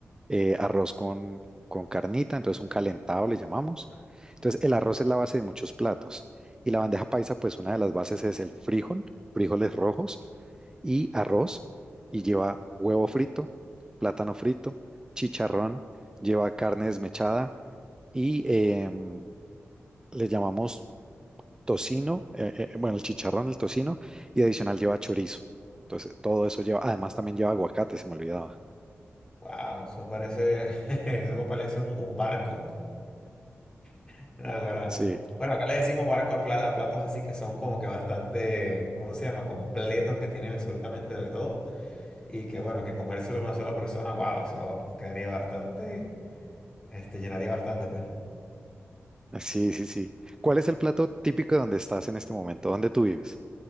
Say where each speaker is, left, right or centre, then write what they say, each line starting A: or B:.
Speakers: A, on the right; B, on the left.
A: eh, arroz con, con carnita, entonces un calentado le llamamos. Entonces, el arroz es la base de muchos platos. Y la bandeja paisa, pues una de las bases es el frijol frijoles rojos y arroz y lleva huevo frito, plátano frito, chicharrón, lleva carne desmechada y em, le llamamos tocino, eh, eh, bueno, el chicharrón, el tocino y adicional lleva chorizo. Entonces, todo eso lleva, además también lleva aguacate, se me olvidaba.
B: Wow, eso parece, <laughs> eso parece un, un barco. <laughs> Ahora,
A: Sí,
B: bueno, acá le decimos barco a, pla- a platos así que son como que bastante, ¿cómo se llama? Completos, que tienen absolutamente de todo. Y que bueno, que comérselo a una sola persona, wow, eso quedaría bastante, este, llenaría bastante, pues.
A: sí, sí, sí. ¿Cuál es el plato típico de donde estás en este momento? ¿Dónde tú vives?